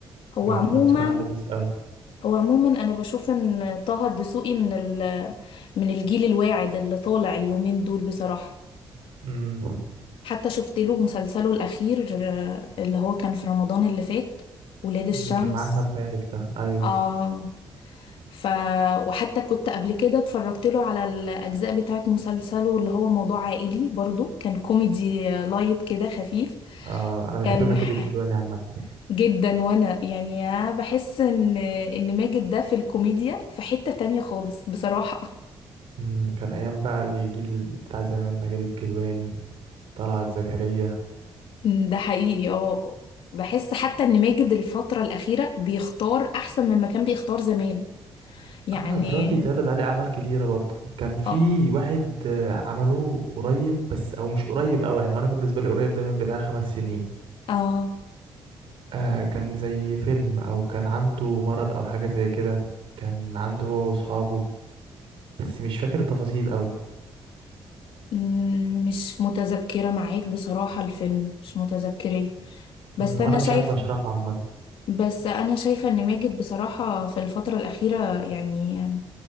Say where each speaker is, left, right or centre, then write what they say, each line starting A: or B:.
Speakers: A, on the left; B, on the right.
A: هو
B: لا
A: عموما
B: هو بصراحة لذيذ قوي
A: هو عموما انا بشوف ان طه الدسوقي من ال... من الجيل الواعد اللي طالع اليومين دول بصراحة
B: امم
A: حتى شفت له مسلسله الاخير آه، اللي هو كان في رمضان اللي فات ولاد الشمس
B: اللي كان مع احمد مالك ده ايوه
A: اه ف وحتى كنت قبل كده اتفرجت له على الاجزاء بتاعت مسلسله اللي هو موضوع عائلي برضو كان كوميدي آه، لايت كده خفيف
B: آه انا بحب
A: كان
B: ماجد
A: ح-
B: الكدواني عامة
A: جدا وانا يعني بحس ان ان ماجد ده في الكوميديا في حتة تانية خالص بصراحة
B: أمم، كان ايام بقى الجيل بتاع زمان ماجد الكدواني طلعت زكريا
A: ده حقيقي اه بحس حتى ان ماجد الفترة الأخيرة بيختار أحسن مما كان بيختار زمان يعني
B: اه دلوقتي اتعرض عليه اعمال كتيره برضو كان في
A: اه
B: واحد آه، عملوه قريب بس او مش قريب قوي يعني وانا بالنسبه لي قريب ده من بتاع خمس سنين
A: اه
B: آه كان زي فيلم او كان عنده مرض او حاجه زي كده كان عنده هو واصحابه بس مش فاكر التفاصيل قوي
A: مم، مش متذكرة معاك بصراحة الفيلم مش متذكراه بس
B: أمم، وانا
A: أنا
B: مش
A: شايفة
B: عارف اشرحها عامه
A: بس أنا شايفة ان ماجد بصراحة في الفترة الأخيرة يعني